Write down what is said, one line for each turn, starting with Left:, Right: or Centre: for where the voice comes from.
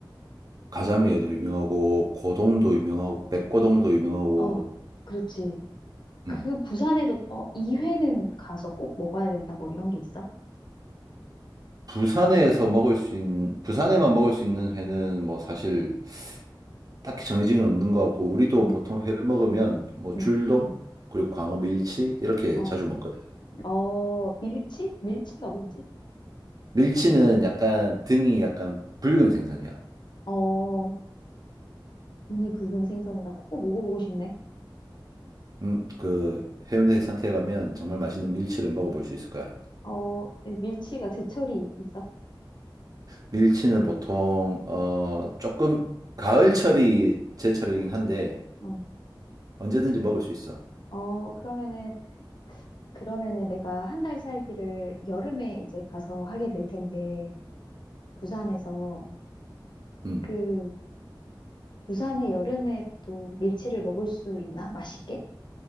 Right: 가자미에도 유명하고 고동도 유명하고 백고동도 유명하고
Left: 어, 그렇지. 그
Right: 음.
Left: 부산에도, 어, 이 회는 가서 꼭 먹어야 된다, 뭐 이런 게 있어?
Right: 부산에서 먹을 수 있는, 부산에만 먹을 수 있는 회는 뭐 사실 딱히 정해진 건 없는 것 같고, 우리도
Left: 응,
Right: 보통 회를 먹으면 뭐
Left: 응.
Right: 줄돔, 그리고 광어 밀치, 이렇게
Left: 어,
Right: 자주 먹거든.
Left: 어, 밀치? 밀치가 뭐지?
Right: 밀치는 약간 등이 약간 붉은 생선이야.
Left: 어. 등이 붉은 생선이라 꼭 먹어보고 싶네.
Right: 음, 그 해운대 해상태에 가면 정말 맛있는 밀치를 먹어볼 수 있을 거야.
Left: 어, 밀치가 제철이 있어.
Right: 밀치는 보통, 어, 조금 가을철이 제철이긴 한데,
Left: 어,
Right: 언제든지 먹을 수 있어.
Left: 어, 그러면은, 그러면은 내가 한 달 살기를 여름에 이제 가서 하게 될 텐데, 부산에서,
Right: 음.
Left: 그, 부산의 여름에 또 밀치를 먹을 수 있나? 맛있게?